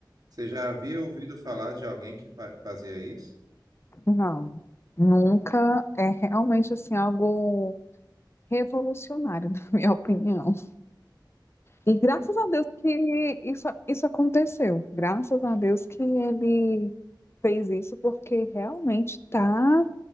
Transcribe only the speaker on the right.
Você já havia ouvido falar de alguém que fa- fazia isso?
Oi.